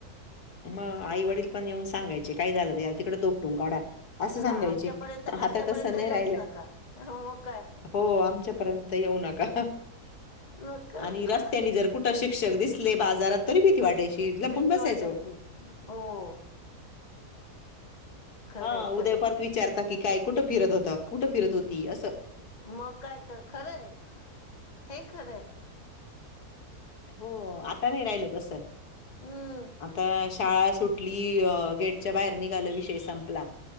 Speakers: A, on the left; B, on the left.
A: मग आई वडील पण येऊन सांगायचे. काही झाल तर याला तिकडे धोपटून काढा. अस
B: हा
A: सांगायचे.
B: आमच्यापर्यंत आमच्यापर्यंत
A: आता तस नाही
B: येऊच
A: राहिलय.
B: नका मग काय
A: हो, आमच्या पर्यंत येऊ नका.
B: मग काय
A: आणि रस्त्यानी
B: खरंच
A: जर कुठ शिक्षक दिसले बाजारात तरी भीती वाटायची. लपून
B: भीती
A: बसायचो.
B: वाटायची हो खरंय
A: हा
B: खरंय
A: उद्या परत विचारता की काय, कुठ फिरत होता? कुठ फिरत होती? अस.
B: मग काय तर खरय. हे खरय.
A: हो, आता नाही राहिल तस.
B: हम्म
A: आता शाळा सुट ली, गेटच्या बाहेर निघाल विषय संपला.